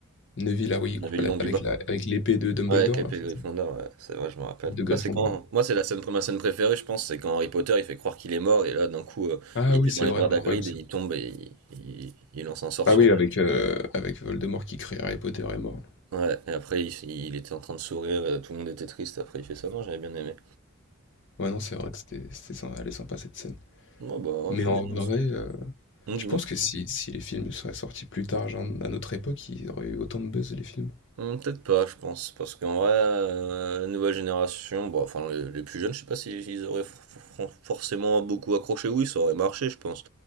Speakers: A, on the left (about 60°); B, on the right (about 85°).
A: Neville, ah oui, il
B: Neuville,
A: coupe la-
B: nom du
A: avec
B: bas.
A: la, avec l'épée de Dumbledore,
B: Ouais, avec l'épée
A: là, c'est
B: de Gryffondor,
A: ça?
B: ouais, c'est vrai, je me rappelle.
A: De Gryffondor.
B: Bah, c'est quand, moi, c'est la scène, ma scène préférée, je pense, c'est quand Harry Potter, il fait croire qu'il est mort, et là, d'un coup, euh,
A: Ah
B: il était
A: oui, c'est
B: dans les
A: vrai,
B: bras d'Hagrid,
A: incroyable ça.
B: et il tombe, et il, il- il lance un sort
A: Ah
B: sur
A: oui,
B: lui.
A: avec, euh, avec Voldemort qui crée Harry Potter est mort.
B: Ouais, et après, il, il était en train de sourire, euh, tout le monde était triste, après, il fait ça, non, j'avais bien aimé.
A: Ouais, non, c'est vrai que c'était c'était sympa, elle est sympa cette scène.
B: Non, bah, ouais,
A: Mais
B: franchement,
A: en vrai,
B: c'est-
A: euh,
B: non,
A: tu
B: dis-moi.
A: penses que si, si les films seraient sortis plus tard, genre à notre époque, ils auraient eu autant de buzz les films?
B: Hum, Peut-être pas, je pense, parce qu'en vrai, euh, la nouvelle génération, bon, enfin, les, les plus jeunes, je sais pas s'ils ils auraient for- for- forcément beaucoup accroché, oui, ça aurait marché, je pense.